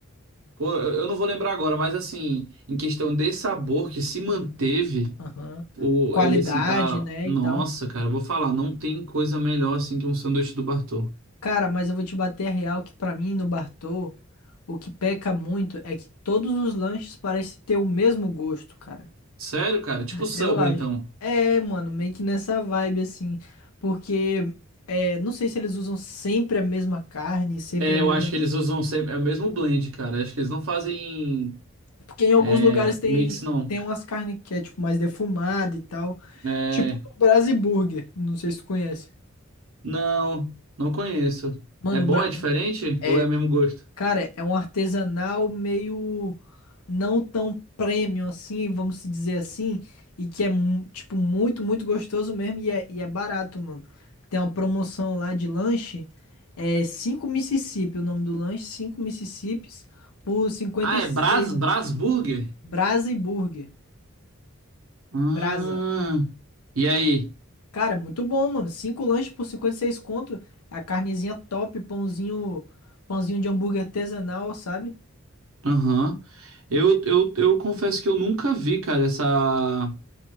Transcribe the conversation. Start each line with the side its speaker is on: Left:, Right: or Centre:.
Right: Pô, eu eu não vou lembrar agora, mas assim, em questão de sabor que se manteve.
Left: Aham.
Right: Ou
Left: Qualidade,
Right: ele assim tá.
Left: né,
Right: Nossa,
Left: e tal.
Right: cara, eu vou falar, não tem coisa melhor assim que um sanduíche do Bartô.
Left: Cara, mas eu vou te bater a real que pra mim, no Bartô, o que peca muito é que todos os lanches parecem ter o mesmo gosto, cara.
Right: Sério, cara? Tipo Subway,
Left: Eu acho.
Right: então.
Left: É, mano, meio que nessa vibe assim, porque é, não sei se eles usam sempre a mesma carne, sempre
Right: É,
Left: a mesma,
Right: eu acho que eles usam sempre... é o mesmo blend, cara. Eu acho que eles não fazem
Left: porque em alguns
Right: é,
Left: lugares tem
Right: mix, não.
Left: tem umas carnes que é tipo mais defumada e tal,
Right: É.
Left: tipo do Brasiburger, não sei se tu conhece.
Right: Não, não conheço.
Left: Mano,
Right: É bom,
Left: o Bra...
Right: é diferente?
Left: é,
Right: Ou é o mesmo gosto?
Left: Cara, é um artesanal meio não tão premium assim, vamos se dizer assim, e que é mu- tipo muito, muito gostoso mesmo e é, e é barato, mano. Tem uma promoção lá de lanche, é 5 Mississippi, o nome do lanche, 5 Mississippis por 56,
Right: Ah, é Bras, Brasburger?
Left: Brasa e Burger.
Right: Ah,
Left: Brasa.
Right: e aí?
Left: Cara, muito bom, mano. cinco lanches por 56 conto, é a carnezinha top, pãozinho, pãozinho de hambúrguer artesanal, sabe?
Right: Aham. Eu, eu, eu confesso que eu nunca vi, cara, essa.